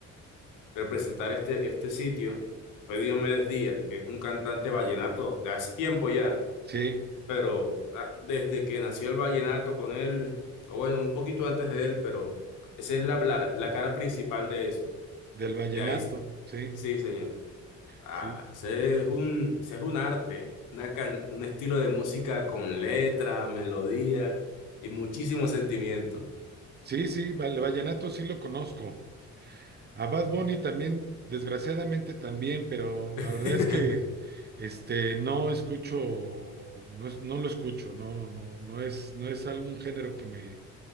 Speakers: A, on the left (about 85°); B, on the right (about 35°).
A: representar este, este sitio fue Diomedes Díaz, que es un cantante vallenato de hace tiempo ya,
B: sí,
A: pero ah, desde que nació el vallenato con él, o bueno, un poquito antes de él, pero esa es la, la, la cara principal de eso.
B: del vallenato,
A: De ahí,
B: sí,
A: sí, señor. Ah,
B: sí,
A: ese es un, ese es un arte, una can- un estilo de música con letra, melodía y muchísimo sentimiento.
B: sí, sí, el vallenato sí lo conozco. A Bad Bunny también, desgraciadamente también, pero la
A: <laughs>
B: verdad es que este no escucho, no es- no lo escucho, no, no, no es, no es algún género que me,